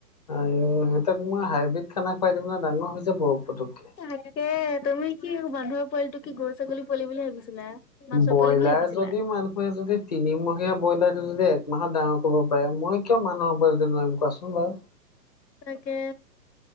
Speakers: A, on the left; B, on the left.
A: সিহঁতাক মই হাইব্ৰীড খানা খুৱাই দিম নে ডাঙৰ হৈছে বহু পটুককে।
B: তাকে তুমি কি মানুহৰ পোৱালিটো কি গৰু ছাগলী পোৱাল বুলি ভাবিছিলা? মাছৰ
A: ব্ৰইলাৰ
B: পোৱালি বুলি ভাবিছিলা?
A: যদি মানুহে যদি তিনিমহীয়া ব্ৰইলাৰটো যদি একমাহত ডাঙৰ কৰিব ব মই কিয় মানুহৰ উপ কোৱাচোন বাৰু।
B: তাকে।